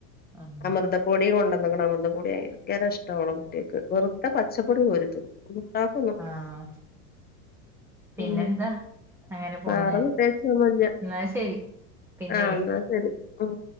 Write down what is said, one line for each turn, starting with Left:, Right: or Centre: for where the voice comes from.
Centre: ആഹ്
Left: അമൃതപ്പൊടി കൊണ്ടന്ന്ക്ക്ണ് അമൃതപ്പൊടി ഭയങ്കര ഇഷ്ടാ ഓളെ കുട്ടികൾക്ക് വെറുതെ പച്ച പച്ചപ്പൊടി കോരി തിന്നും
Centre: ആഹ് പിന്നെന്താ
Left: ഉ
Centre: അങ്ങനെ പോണില്ലേ
Left: വേറെ പ്രത്യേകിച്ചൊന്നുമില്ല
Centre: എന്നാ ശരി പിന്നെ
Left: ആ
Centre: വിളിക്കാം
Left: എന്നാ ശരി മ്